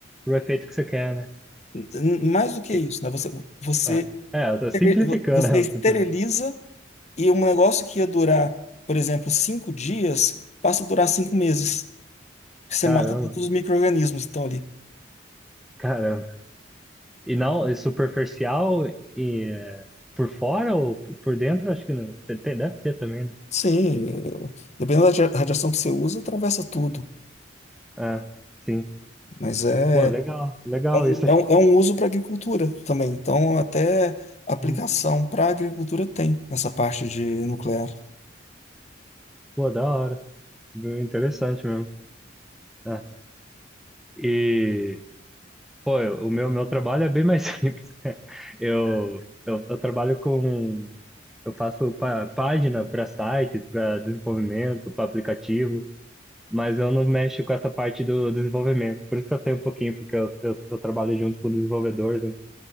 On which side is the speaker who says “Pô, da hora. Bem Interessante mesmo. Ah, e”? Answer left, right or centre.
Centre